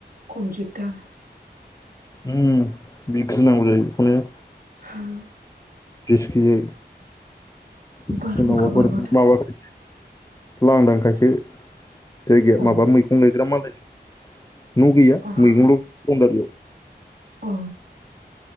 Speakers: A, on the right; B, on the left.
A: खम दिगदार
B: उम बिगिनांगौ जायो बेखौनो।
A: उम
B: रिस गियै सोरनावबाफोर
A: बारहुंखा बारबाथाय
B: माबाफोर लांदांखायसो जायगाया
A: अ
B: माबा मैगं लायग्रा मालाय न' गौया
A: अ
B: मैगंल'बारियाव
A: अ